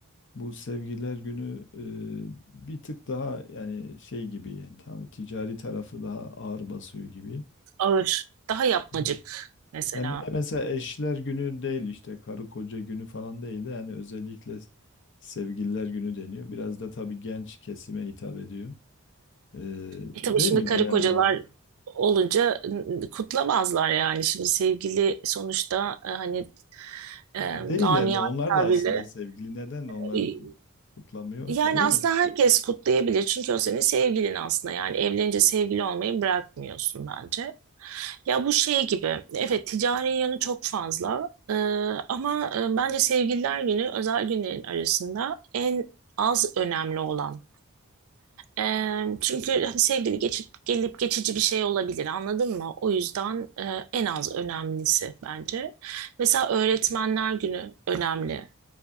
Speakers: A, on the left (about 55°); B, on the right (about 65°).
A: bu sevgililer günü e, bir tık daha yani şey gibi yani tam ticari tarafı daha ağır basıyor gibi.
B: ağır, daha yapmacık
A: Evet.
B: mesela.
A: Yani bir de mesela eşler günü değil işte karı koca günü falan değil de yani özellikle sevgililer günü deniyor. Biraz da tabii genç kesime hitap ediyor. Ee,
B: E tabii
A: değil
B: şimdi
A: mi
B: karı
A: genel
B: kocalar
A: anlamda?
B: olunca n- kutlamazlar yani. Şimdi sevgili sonuçta e, hani e,
A: Değiller
B: namiyane
A: mi? Onlar
B: tabirle
A: da aslında sevgili. Neden onlar
B: e,
A: kutlamıyor?
B: yani
A: Değil
B: aslında
A: mi?
B: herkes kutlayabilir. Çünkü o senin sevgilin aslında. Yani evlenince sevgili olmayı bırakmıyorsun bence. Ya bu şey gibi, evet ticari yanı çok fazla Ee, ama e, bence Sevgililer Günü özel günlerin arasında en az önemli olan ee, çünkü hani sevgili geçip gelip geçici bir şey olabilir, anladın mı? O yüzden e, en az önemlisi bence.
A: Evet.
B: Mesela Öğretmenler Günü önemli.